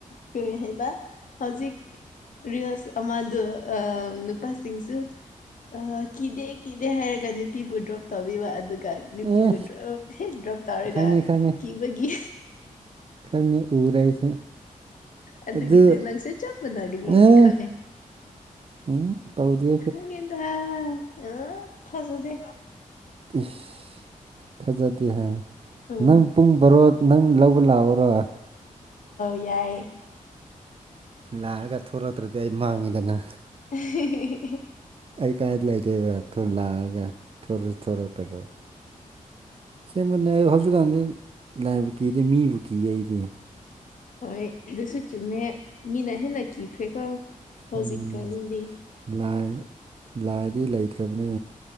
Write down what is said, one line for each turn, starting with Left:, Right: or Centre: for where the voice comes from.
Left: ꯀꯔꯤ ꯍꯥꯏꯕ ꯍꯧꯖꯤꯛ ꯔꯤꯁ ꯑꯃꯗꯨ ꯅꯨꯄꯥꯁꯤꯡꯁꯨ꯫ ꯑ ꯀꯤꯗꯦ ꯀꯤꯗꯦ ꯍꯥꯏꯔꯒ ꯅꯨꯄꯤꯕꯨ ꯗ꯭ꯔꯣꯞ ꯇꯧꯕꯤꯕ ꯑꯗꯨꯒ꯫ ꯅꯨꯄꯤꯕꯨ
Right: ꯑꯦ
Left: ꯗ꯭ꯔꯣꯞ ꯍꯦꯛ ꯗ꯭ꯔꯣꯞ ꯇꯧꯔꯒ
Right: ꯈꯪꯉꯦ ꯈꯪꯉꯦ
Left: ꯀꯤꯕꯒꯤ꯫
Right: ꯈꯪꯉꯦ ꯎꯔꯦ ꯑꯩꯁꯨ꯫
Left: ꯑꯗꯨꯒꯤꯗꯨ
Right: ꯑꯗꯨ
Left: ꯅꯪꯁꯨ ꯆꯞ ꯃꯥꯟꯅꯒꯅꯤ ꯑꯩꯅ
Right: ꯑꯦ
Left: ꯈꯪꯉꯦ꯫
Right: ꯎꯝ ꯑꯧꯗꯤ꯫
Left: ꯈꯪꯉꯦꯗ ꯑ ꯊꯥꯖꯗꯦ꯫
Right: ꯏꯁ ꯊꯥꯖꯗꯦ ꯍꯥꯏ꯫
Left: ꯎꯝ
Right: ꯅꯪ ꯄꯨꯡ ꯕꯔꯣ ꯅꯪ ꯂꯧꯕ ꯂꯥꯛꯎꯔꯣ꯫
Left: ꯌꯥꯏꯌꯦ꯫
Right: ꯂꯥꯛꯑꯒ ꯊꯣꯛꯂꯛꯇ꯭ꯔꯗꯤ ꯑꯩ ꯃꯥꯡꯉꯤꯗꯅ꯫
Left: <unintelligible>
Right: ꯑꯩ ꯀꯥꯏꯗ ꯂꯩꯗꯣꯏꯕ ꯂꯥꯛꯑꯒ ꯊꯣꯔꯛꯁꯨ ꯊꯣꯔꯛꯇꯕꯗ꯫ ꯁꯦꯝꯕꯅꯦ ꯍꯧꯖꯤꯛꯀꯥꯟꯗꯤ ꯂꯥꯏꯕꯨ ꯀꯤꯗꯦ ꯃꯤꯕꯨ ꯀꯤꯌꯦ ꯑꯩꯗꯤ꯫
Left: ꯍꯣꯏ ꯑꯗꯨꯁꯨ ꯆꯨꯝꯃꯦ ꯃꯤꯅ ꯍꯦꯟꯅ ꯀꯤꯈ꯭ꯔꯦꯀꯣ ꯍꯧꯖꯤꯛꯀꯥꯟꯗꯤ꯫
Right: ꯎꯝ ꯂꯥꯏ ꯂꯥꯏꯗꯔꯤ ꯂꯩꯇ꯭ꯔꯕꯅꯦ꯫